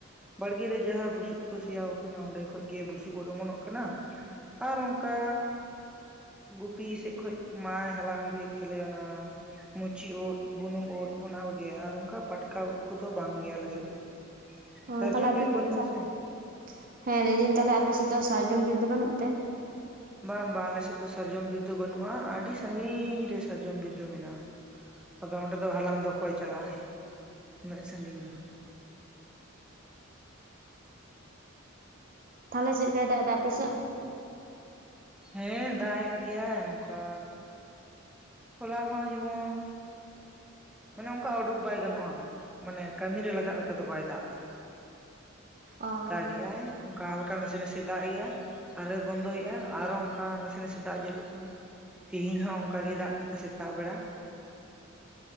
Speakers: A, in the centre; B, on the right.
A: ᱵᱟᱲᱜᱮ ᱨᱮ ᱡᱟᱦᱟᱸ ᱵᱩᱥᱩᱵ ᱠᱚ ᱥᱮᱭᱟᱣ ᱠᱟᱱᱟ ᱚᱸᱰᱮ ᱠᱷᱚᱡ ᱜᱮ ᱵᱩᱥᱩᱵ ᱩᱫ ᱚᱢᱚᱱᱚᱜ ᱠᱟᱱᱟ᱾ ᱟᱨ ᱚᱝᱠᱟ ᱜᱩᱯᱤ ᱥᱮᱫ ᱠᱷᱚᱱ ᱢᱟᱭ ᱦᱟᱞᱟᱝ ᱟᱹᱜᱩᱭᱮᱫ ᱛᱟᱞᱮᱭᱟ ᱚᱱᱟ ᱢᱩᱪᱤ ᱩᱫ, ᱵᱩᱱᱩᱢ ᱩᱫ, ᱚᱱᱟ ᱠᱚᱜᱮ ᱟᱨ ᱚᱝᱠᱟ ᱯᱟᱴᱠᱟ ᱩᱫ ᱠᱚᱫᱚ ᱵᱟᱝ ᱜᱮ ᱟᱞᱮ ᱥᱮᱫ ᱫᱚ᱾
B: ᱦᱮᱸ,
A: ᱥᱟᱨᱡᱚᱢ
B: ᱛᱟᱦᱞᱮ ᱟᱯᱮ
A: ᱵᱤᱨ
B: ᱥᱮᱫ
A: ᱵᱟᱹᱱᱩᱜᱼᱟ
B: ᱫᱚ <unintelligible>
A: ᱥᱮ
B: ᱦᱮᱸ ᱞᱟᱹᱭᱫᱟᱹᱧ ᱛᱟᱦᱞᱮ ᱟᱯᱮ ᱥᱮᱫ ᱫᱚ ᱥᱟᱨᱡᱚᱢ ᱵᱤᱨ ᱫᱚ ᱵᱟᱹᱱᱩᱜ ᱛᱮ᱾
A: ᱵᱟᱝ ᱵᱟᱝ ᱟᱞᱮ ᱥᱮᱫ ᱫᱚ ᱥᱟᱨᱡᱚᱢ ᱵᱤᱨᱫᱟᱹ ᱵᱟᱹᱱᱩᱜ-ᱟ, ᱟᱹᱰᱤ ᱥᱟᱺᱜᱤᱧᱻ ᱨᱮ ᱥᱟᱨᱡᱚᱢ ᱵᱤᱨᱫᱚ ᱢᱮᱱᱟᱜ-ᱟ᱾ ᱟᱫᱚ ᱚᱸᱰᱮ ᱫᱚ ᱦᱟᱞᱟᱝ ᱫᱚ ᱚᱠᱚᱭ ᱪᱟᱞᱟᱜ-ᱟᱭ ᱩᱱᱟᱹᱜ ᱥᱟᱺᱜᱤᱧ ᱫᱚ᱾
B: ᱛᱟᱦᱞᱮ ᱪᱮᱫᱞᱮᱠᱟᱭ ᱫᱟᱜᱫᱟ ᱟᱯᱮ ᱥᱮᱫ?
A: ᱦᱮᱸ ᱫᱟᱜ ᱮᱫ ᱜᱮᱭᱟᱭ ᱚᱝᱠᱟᱻ ᱦᱚᱞᱟ ᱦᱚᱸ ᱡᱮᱢᱚᱱ ᱢᱟᱱᱮ ᱚᱝᱠᱟ ᱩᱰᱩᱠ ᱵᱟᱭ ᱜᱟᱱᱚᱜ-ᱟ, ᱢᱟᱱᱮ ᱠᱟᱹᱢᱤᱨᱮ ᱞᱟᱜᱟᱜ ᱞᱮᱠᱟ ᱫᱚ ᱵᱟᱭ ᱫᱟᱜᱫᱟ᱾
B: ᱚ
A: ᱫᱟᱜ ᱜᱮᱜ-ᱟᱭ᱾ ᱚᱝᱠᱟ ᱦᱟᱞᱠᱟ ᱱᱟᱥᱮ ᱱᱟᱥᱮ ᱫᱟᱜᱮᱜ-ᱟᱭ, ᱟᱨᱮᱭ ᱵᱚᱱᱫᱚᱭᱮᱜ-ᱟ ᱟᱨᱚ ᱚᱝᱠᱟ ᱱᱟᱥᱮ ᱱᱟᱥᱮ ᱫᱟᱜ ᱡᱚᱨᱚᱜ ᱠᱟᱱᱟ᱾ ᱛᱤᱦᱤᱧ ᱦᱚᱸ ᱚᱱᱠᱟ ᱜᱮᱭ ᱫᱟᱜ ᱠᱮᱫᱟ ᱥᱮᱛᱟᱜ ᱵᱮᱲᱟ᱾